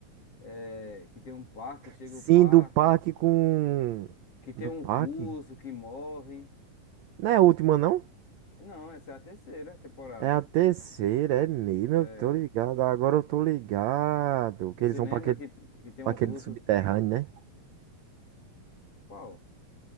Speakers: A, on the left; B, on the right.
A: é, que tem um parque, chega
B: Sim,
A: o parque,
B: do parque com.
A: que tem
B: Do
A: um
B: parque?
A: russo que morre.
B: Não é a última, não?
A: Não, essa é a terceira temporada.
B: É a terceira, é mesmo.
A: É.
B: Eu tô ligado. Agora eu tô ligado. Que
A: Você
B: eles vão
A: lembra
B: pra aquele,
A: que, que tem
B: pra
A: um
B: aquele
A: russo?
B: subterrâneo, né?
A: Qual?